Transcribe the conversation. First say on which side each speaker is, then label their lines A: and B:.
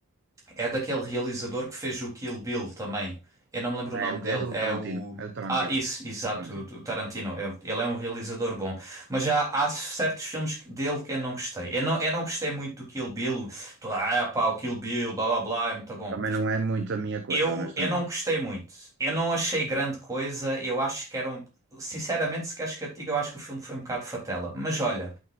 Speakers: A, on the right; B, on the right.
A: É daquele realizador que fez o Kill Bill também. Eu não me lembro o nome
B: É, o-
A: dele.
B: é do
A: É
B: Tarantino.
A: o.
B: É do Tarantino.
A: Ah, isso, exato,
B: É do Tarantino.
A: do Tarantino. É- Ele é um realizador bom. Mas já há certos filmes que- dele que eu não gostei. Eu não, eu não gostei muito do Kill Bill. Toda, ah, pá, o Kill Bill, blá blá blá, é muito bom.
B: Também não é muito a minha coisa,
A: Eu,
B: honestamente.
A: eu não gostei muito. Eu não achei grande coisa. Eu acho que eram. Sinceramente, se queres que eu te diga, eu acho que o filme foi um bocado fatela. Mas olha.